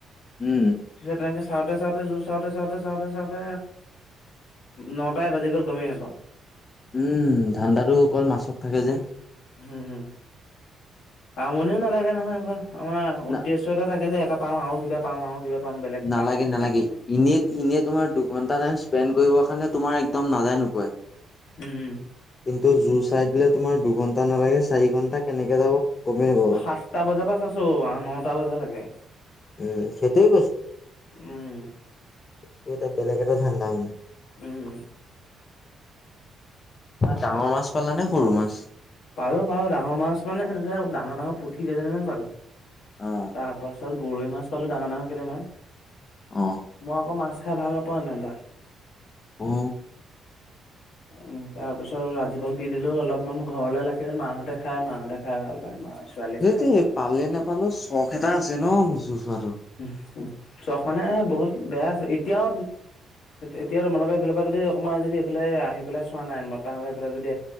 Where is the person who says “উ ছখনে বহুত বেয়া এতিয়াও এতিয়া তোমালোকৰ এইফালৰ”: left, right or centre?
Left